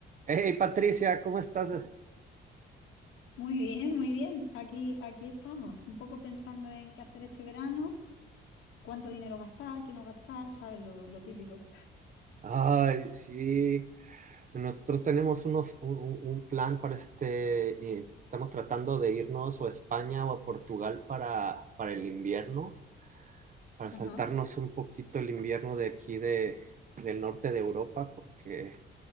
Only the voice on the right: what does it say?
Hey Patricia, ¿cómo estás?
Ay, sí, nosotros tenemos unos, un, un- un plan para este, eh, estamos tratando de irnos o a España o a Portugal para, para el invierno, para saltarnos
un poquito el invierno de aquí de, del norte de Europa, porque